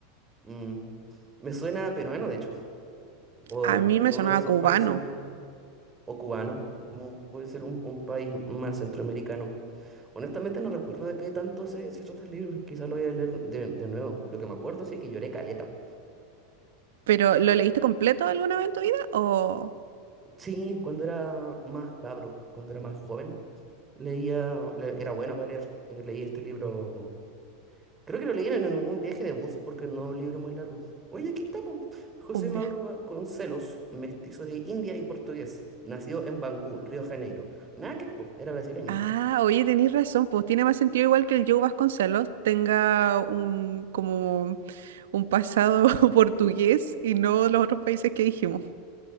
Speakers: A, on the right; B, on the right.
A: Mm, me suena a peruano, de hecho. O
B: A mí
A: de
B: me
A: uno
B: sonaba
A: de esos
B: cubano.
A: países más... O cubano. mm, puede ser un, un país más centroamericano. Honestamente no recuerdo de qué tanto se, se trata el libro. Quizá lo voy a leer de, de nuevo. Lo que me acuerdo, sí, que lloré caleta.
B: ¿Pero lo leíste completo alguna vez en tu vida o
A: Sí, cuando era más cabro, cuando era más joven, leía... le- era bueno para leer. y Leí este libro Creo que lo leyeron en algún viaje de bus porque no es un libro muy largo. Oye, aquí está, po. José
B: un
A: Mauro
B: viaje?
A: Vasconcelos, mestizo de India y portugués. Nació en Bangú, Río de Janeiro. Nada que, po, era brasileño.
B: Ah, oye, tenéis razón, pues tiene más sentido igual que el Joe Vasconcelos tenga un como un pasado <laughs> portugués y no los otros países que dijimos.